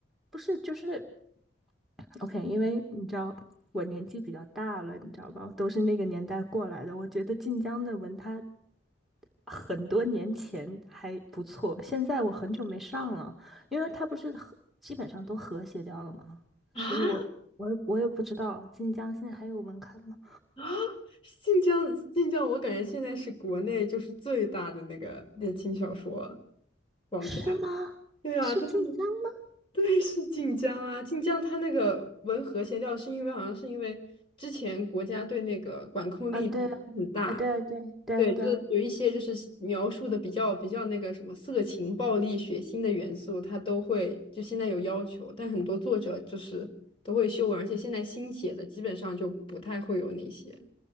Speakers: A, in the centre; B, on the left.
A: 不是，就是 OK，因为你知道我年纪比较大了，你知道吧？我都是那个年代过来的。我觉得晋江的文它很多年前还不错，现在我很久没上了，因为它不是和基本上都和谐掉了吗？
B: 啊？
A: 所以我我也我也不知道晋江现在还有文刊吗？
B: 啊，晋江，晋江，我感觉现在是国内就是最大的那个言情小说网站。
A: 是吗？
B: 对啊，
A: 是晋江吗？
B: 就是对，是晋江啊，晋江它那个文和谐调是因为好像是因为之前国家对那个管控力度很大，
A: 啊，对啊，啊，对啊对啊对啊对啊
B: 对，就是有一些就是描述的比较比较那个什么色情、暴力、血腥的元素，它都会就现在有要求，但很多作者就是都会修文，而且现在新写的基本上就不太会有那些。